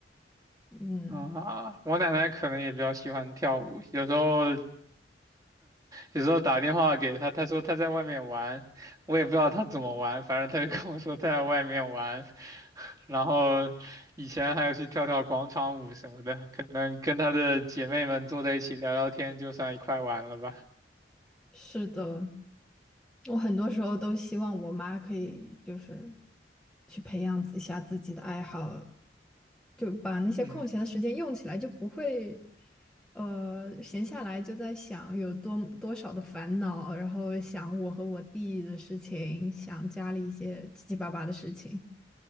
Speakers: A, in the centre; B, on the right (about 20°).
A: 嗯，
B: 啊，我奶奶可能也比较喜欢跳舞，有时候，<laughs> 有时候打电话给她，她说她在外面玩，我也不知道她怎么玩，反正她就跟我说她在外面玩，<laughs> 然后以前还有去跳跳广场舞什么的，可能跟她的姐妹们坐在一起聊聊天，就算一块玩了吧。
A: 是的，我很多时候都希望我妈可以就是去培养一下自己的爱好，就把那些空闲的时间用起来，
B: 嗯。
A: 就不会呃闲下来就在想有多多少的烦恼，然后想我和我弟的事情，想家里一些七七八八的事情。